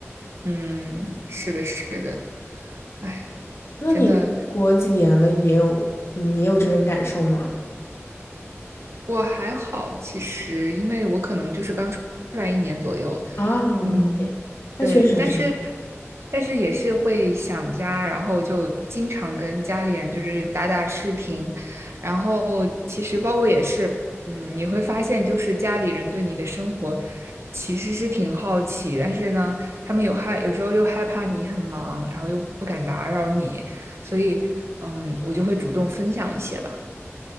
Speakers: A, on the right; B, on the left.
A: 嗯，是的，是的。哎，
B: 那你出国几年了，
A: 真的，
B: 也有嗯也有这种感受吗？
A: 我还好，其实因为我可能就是刚出来一年左右，
B: 啊，OK，
A: 嗯，
B: 那确实是。
A: 对，但是但是也是会想家，然后就经常跟家里人就是打打视频，然后其实包括也是，嗯，你会发现就是家里人对你的生活其实是挺好奇，但是呢，他们有害，有时候又害怕你很忙，然后又不敢打扰你，所以嗯，我就会主动分享一些吧。